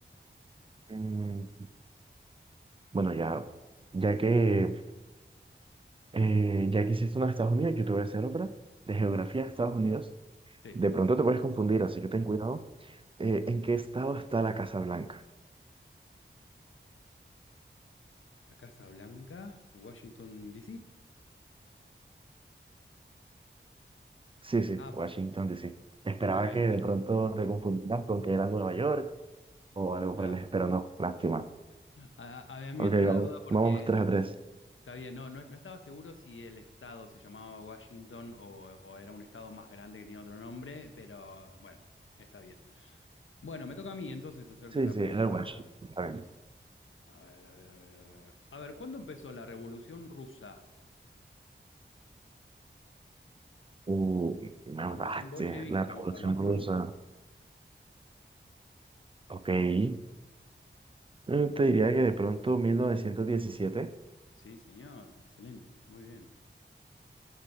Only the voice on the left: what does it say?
Sí.
La Casa Blanca, Washington, D.C.
Ah,
ok,
claro.
A, a- a mí
me entró la
duda porque
no
está bien, no, no, no estaba seguro si el estado se llamaba Washington o, o era un estado más grande que tenía otro nombre, pero bueno, está bien. Bueno, me toca a mí entonces hacerte
una
pregunta
ahora.
A ver, a ver, a ver, a ver. A ver, ¿cuándo empezó la Revolución Rusa?
Revolución
bolchevique
estamos
hablando,
¿no?
Sí, señor, excelente, muy bien.